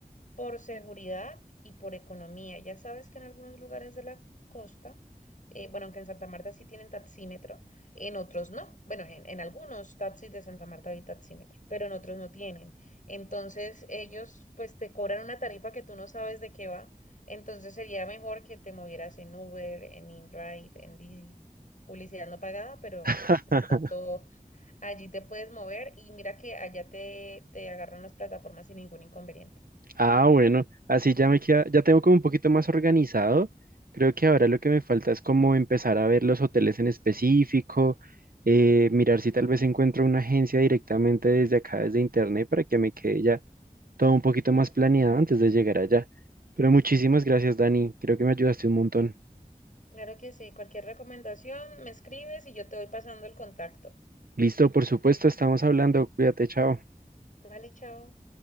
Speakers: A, on the left; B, on the right.
A: por seguridad y por economía. Ya sabes que en algunos lugares de la costa, eh, bueno, aunque en Santa Marta sí tienen taxímetro, en otros no. Bueno, en, en algunos taxis de Santa Marta hay taxímetro, pero en otros no tienen. Entonces ellos pues te cobran una tarifa que tú no sabes de qué va. Entonces sería mejor que te movieras en Uber, en InDrive, en Didi, publicidad no pagada, pero
B: <laughs>
A: de pronto allí te puedes mover y mira que allá te, te agarran las plataformas sin ningún inconveniente.
B: Ah, bueno, así ya me queda, ya tengo como un poquito más organizado. Creo que ahora lo que me falta es como empezar a ver los hoteles en específico, eh, mirar si tal vez encuentro una agencia directamente desde acá, desde internet, para que me quede ya todo un poquito más planeado antes de llegar allá. Pero muchísimas gracias, Dani. Creo que me ayudaste un montón.
A: Claro que sí. Cualquier recomendación me escribes y yo te voy pasando el contacto.
B: Listo, por supuesto, estamos hablando. Cuídate, chao.
A: Vale, chao.